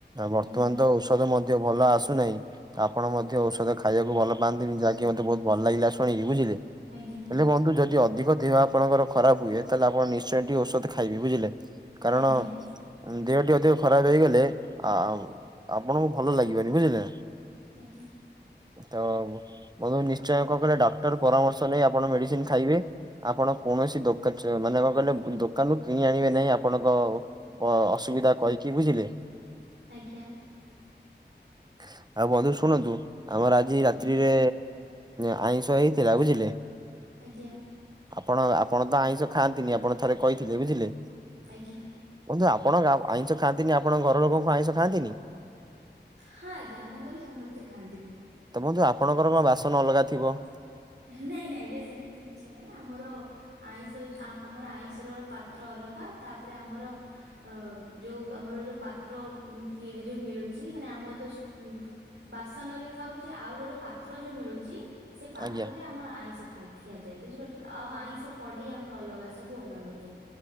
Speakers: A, on the right (about 25°); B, on the right (about 80°).
A: ବର୍ତ୍ତମାନ
B: ଆଜ୍ଞା
A: ତ ଔଷଧ ଔଷଧ ମଧ୍ୟ ଭଲ ଆସୁନାହିଁ ଆପଣ ମଧ୍ୟ ଔଷଧ ଖାଇବାକୁ ଭଲ ପାଆନ୍ତିନି ଯାକି କି ମତେ ବହୁତ ଭଲ ଲାଗିଲା ଶୁଣିକି, ବୁଝିଲେ।
B: ଆଜ୍ଞା।
A: ହେଲେ ବନ୍ଧୁ ଯଦି ଅଧିକ ଦେହ ଆପଣଙ୍କର ଖରାପ ହୁଏ ତାହେଲେ ଆପଣ ନିଶ୍ଚୟ ଟିକେ ଔଷଧ ଖାଇବେ ବୁଝିଲେ, କାରଣ
B: ଆଜ୍ଞା
A: ଦେହଟି ଅଧିକ ଖରାପ ହେଇଗଲେ ଆଉ ଆପଣଙ୍କୁ ଭଲ ଲାଗିବନି ବୁଝିଲେ
B: ଆଜ୍ଞା
A: ତ ବନ୍ଧୁ ନିଶ୍ଚୟ କଣ କହିଲ ଡ ପରାମର୍ଶ ନେଇ ଆପଣ ମେଡିସିନ ଖାଇବେ ଆପଣ କୌଣସି ଦୋକା ଚ ମାନେ କଣ କହିଲେ ଦୋ କାନରୁ କିଣି ଆଣିବେ ନାହିଁ ଆପଣଙ୍କ ଅସୁବିଧା କହିକି ବୁଝିଲେ।
B: ଆଜ୍ଞା।
A: ଆଉ ବନ୍ଧୁ ଶୁଣନ୍ତୁ, ଆମର ଆଜି ରାତ୍ରିରେ
B: ଆଜ୍ଞା
A: ଆଇଁଷ ହେଇଥିଲା ବୁଝିଲେ।
B: ଆଜ୍ଞା,
A: ଆପଣ, ଆପଣ ତ ଆଇଁଷ ଖାଆନ୍ତିନି ଆପଣ ଥରେ କହିଥିଲେ ବୁଝିଲେ,
B: ଆଜ୍ଞା,
A: ବନ୍ଧୁ ଆପଣ ଆଇଁଷ ଖାଆନ୍ତିନି ଆପଣଙ୍କ ଘରଲୋକ କଣ ଆଇଁଷ ଖାଆନ୍ତିନି?
B: ହଁ, ଆଜ୍ଞା, ଆମ ଘରେ ସମସ୍ତେ ଖାଆନ୍ତି।
A: ତ, ବନ୍ଧୁ ଆପଣଙ୍କର କଣ ବାସନ ଅଲଗାଥିବ।
B: ନାଇଁ, ନାଇଁ, ଆଜ୍ଞା ସେମିତି କିଛି ନାଇଁ ଆମର ଆଇଁଷ ଯୋଉ ଆମର ଆଇଁଷରର ପାତ୍ର ଅଲଗା ତାପରେ ଆମର ଅ ଯୋଉ ଆମର ଯୋଉ ପାତ୍ର କିଣି ଯୋଉ ମିଳୁଛି ମାନେ ଆମର ତ ଷ୍ ବାସନରେ ଖାଉଛି ଆଉ ଗୋଟେ ପାତ୍ରଯୋଉ ମିଳୁଛି ସେ ପାତ୍ର
A: ଆଜ୍ଞା।
B: ତ୍ରରେ ଆମର ଆଇଁଷ ଖାଇ ଖିଆଯାଏ ବୁଝିପାରୁଛ ତ ଆଉ ଆଇଁଷ କଢେଇ ଆମର ଅଲଗା ସବୁ ଅଲଗା ଆଜ୍ଞା,